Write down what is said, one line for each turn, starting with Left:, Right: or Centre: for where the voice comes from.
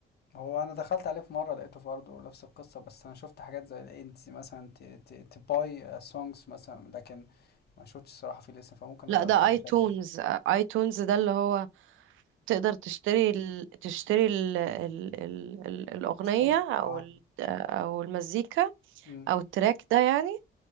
Left: هو انا دخلت عليه في مره لقيته برضه نفس القصه بس انا شفت حاجات زي انت مثلا تباي سونجز مثلا لكن ما شفتش الصراحه فيه لسه فممكن
Right: لا
Left: اسرش
Right: ده اي تونز
Left: عليه كده
Right: اي تونز ده اللي هو تقدر تشتري ال... تشتري ال... ال... ال... ال... الأغنية
Left: سونج
Right: او
Left: اه
Right: ال... آه، او المزيكا
Left: امم
Right: او التراك ده يعني